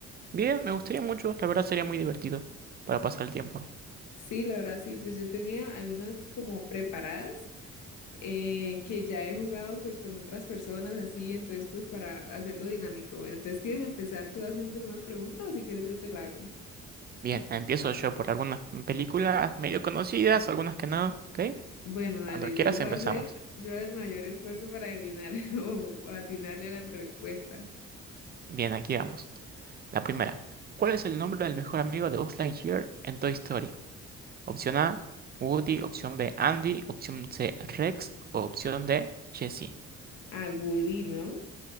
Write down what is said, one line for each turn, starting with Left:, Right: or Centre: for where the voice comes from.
Right: Bien, me gustaría mucho, la verdad sería muy divertido para pasar el tiempo.
Left: Sí, la verdad, sí. Pues yo tenía algunas como preparadas eh, que ya he jugado pues, con otras personas así, entonces pues para hacerlo dinámico. Bueno, entonces, ¿quieres empezar tú haciéndome una pregunta o si quieres yo te la hago?
Right: Bien, empiezo yo por algunas películas medio conocidas, algunas que no, ¿ok?
Left: Bueno, dale,
Right: Cuando quieras
Left: yo voy
Right: empezamos.
Left: a hacer yo el mayor esfuerzo para adivinar <laughs> o atinarle a la respuesta.
Right: Bien, aquí vamos. La primera. ¿Cuál es el nombre del mejor amigo de Buzz Lightyear en Toy Story? Opción A, Woody, opción B, Andy, opción C, Rex o opción D, Jessie.
Left: A Woody, ¿no?